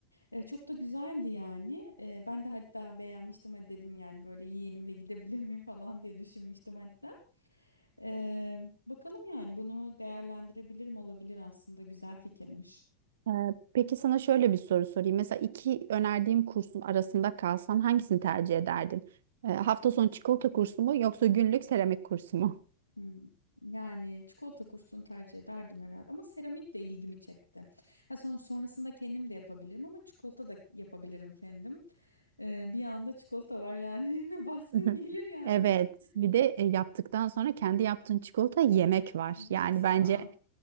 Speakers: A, on the left (about 85°); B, on the right (about 60°).
A: E, çok da güzeldi yani. E, ben de hatta beğenmiştim. Hadi dedim yani böyle yeğenimle gidebilir miyim falan diye düşünmüştüm hatta. E, bakalım yani bunu değerlendirebilirim olabilir aslında. Güzel fikirmiş.
B: E, peki sana şöyle bir soru sorayım. Mesela iki önerdiğim kursun arasında kalsan hangisini tercih ederdin? E, hafta sonu çikolata kursu mu yoksa günlük seramik kursu mu?
A: Hmm, Yani çikolata kursunu tercih ederdim herhalde ama seramik de ilgimi çekti. Ha, son, sonrasında kendim de yapabilirim ama çikolata da yapabilirim kendim. Ee, bir anda çikolata var yani <laughs> evime baskın
B: <laughs>
A: gelir yani.
B: Evet, bir de e, yaptıktan sonra kendi yaptığın çikolata yemek var.
A: Evet
B: Yani bence
A: ya.